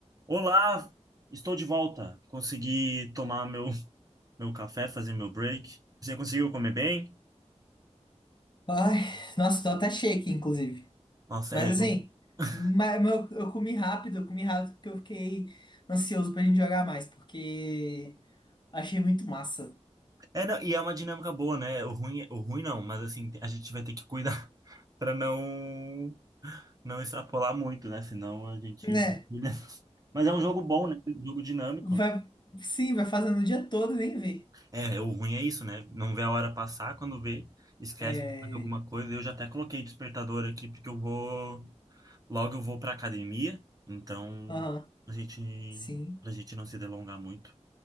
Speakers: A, on the right; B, on the left.
A: Olá, estou de volta. Consegui tomar meu, meu café, fazer meu break. Você conseguiu comer bem?
B: Ai, nossa, tô até cheio aqui, inclusive.
A: Nossa,
B: Mas
A: é,
B: assim,
A: eu... <laughs>
B: mas, mas eu, eu comi rápido, eu comi rápido porque eu fiquei ansioso pra gente jogar mais, porque achei muito massa.
A: é, não, e é uma dinâmica boa, né? O ruim, o ruim não, mas assim, a gente vai ter que cuidar <laughs> para não não extrapolar muito, né? Senão a gente.
B: Né?
A: <laughs> Mas é um jogo bom, né? Um jogo dinâmico.
B: Vai, sim, vai fazendo o dia todo, e nem vê.
A: É, o ruim é isso, né? Não vê a hora passar, quando vê, esquece
B: É.
A: de fazer alguma coisa. Eu já até coloquei despertador aqui, porque eu vou. Logo eu vou para academia, então
B: Aham,
A: a gente
B: sim.
A: pra gente não se delongar muito.